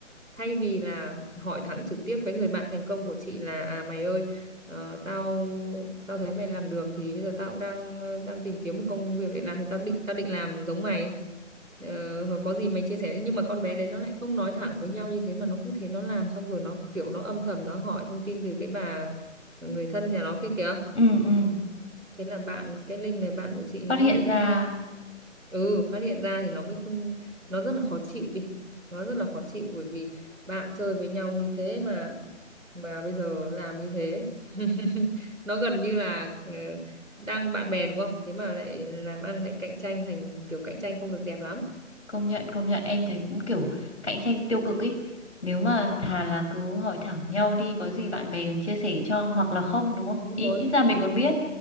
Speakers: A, on the right; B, on the left.
A: thay vì là hỏi thẳng trực tiếp cái người bạn thành công của chị là à mày ơi Ờ, tao tao thấy mày làm được thì bây giờ tao cũng đang đang tìm kiếm một công việc để làm thì tao định tao định làm giống mày ờ, hoặc có gì mày chia sẻ nhưng mà con bé đấy nó lại không nói thẳng với nhau như thế mà nó cứ thế nó làm xong rồi nó kiểu nó âm thầm nó hỏi thông tin từ cái bà người thân nhà nó kia kìa
B: ừ ừ.
A: thế là bạn cái link này bạn của chị nó
B: Phát
A: mới
B: hiện ra
A: ừ phát hiện ra thì nó mới không nó rất là khó chịu đi nó rất là khó chịu bởi vì bạn chơi với nhau như thế mà mà bây giờ làm như thế <laughs> nó gần như là ờ, đang bạn bè đúng không thế mà lại làm ăn lại cạnh tranh thành kiểu cạnh tranh không được đẹp lắm
B: Công nhận công nhận em thấy cũng kiểu cạnh tranh tiêu cực ý Nếu mà thà là cứ hỏi thẳng nhau đi có gì bạn bè còn chia sẻ cho hoặc là không đúng không?
A: đúng
B: Ý,
A: rồi
B: ít ra mình còn biết.